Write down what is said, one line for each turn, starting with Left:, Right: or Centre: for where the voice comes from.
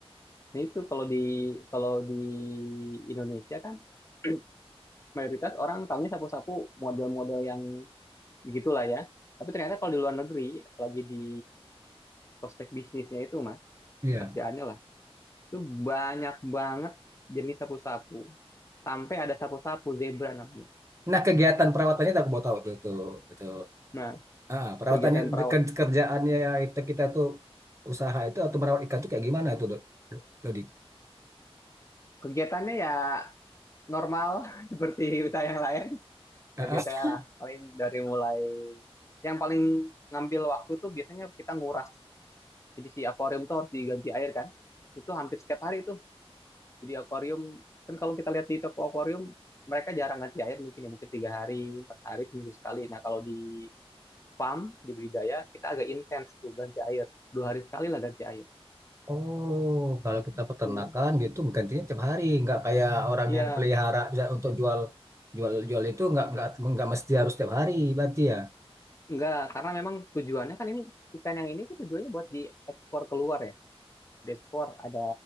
Left: Nah itu kalau di kalau di Indonesia kan <clears throat> mayoritas orang tahunya sapu-sapu model-model yang begitulah ya. Tapi ternyata kalau di luar negeri, apalagi di prospek bisnisnya itu mas,
Right: Iya.
Left: kerjaannya lah, itu banyak banget jenis sapu-sapu. Sampai ada sapu-sapu zebra namanya.
Right: Nah, kegiatan perawatannya tak mau tahu tuh itu itu.
Left: Nah
Right: Ah, perawatannya
Left: kegiatan perawat,
Right: ke- kerjaannya itu kita tuh usaha itu atau merawat ikan tuh kayak gimana itu, Dok? Dodi?
Left: kegiatannya ya normal <laughs> seperti usaha yang lain. Ya
Right: Ah,
Left: biasanya
Right: ah.
Left: lah, paling dari mulai yang paling ngambil waktu tuh biasanya kita nguras Jadi si akuarium tuh harus diganti air kan. Itu hampir setiap hari itu. Jadi akuarium kan kalau kita lihat di toko akuarium mereka jarang ganti air mungkin ya mungkin tiga hari, empat hari, seminggu sekali. Nah kalau di farm di budidaya kita agak intens tuh ganti air. Dua hari sekali lah ganti air.
Right: Oh, kalau kita
Left: Itu
Right: peternakan gitu gantinya tiap hari, nggak kayak orang
Left: Iya,
Right: yang pelihara bisa untuk jual jual jual itu nggak nggak nggak mesti harus tiap hari berarti ya.
Left: enggak karena memang tujuannya kan ini ikan yang ini tuh tujuannya buat diekspor keluar ya. Diekspor ada